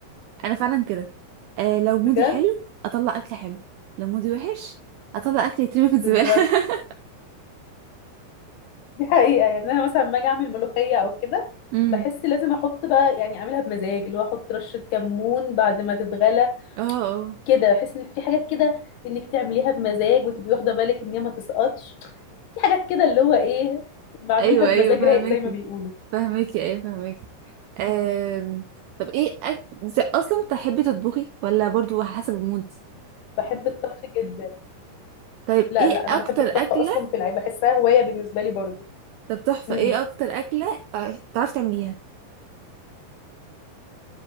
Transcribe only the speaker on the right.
انا فعلا كده آه لو مودي
حلو اطلع اكل حلو لو مودي وحش اطلع اكل يترمي في الزبالة
<laughs>
امم
اه اه
ايوه
ايوه فهماكي
فهماكي ايوه فهماكي آم، طب ايه أك... اصلا بتحبي تطبخي ولا برضو على حسب المود
طيب
ايه
اكتر
اكله
طب تحفه
ايه اكتر اكله تع- تعرفي تعمليها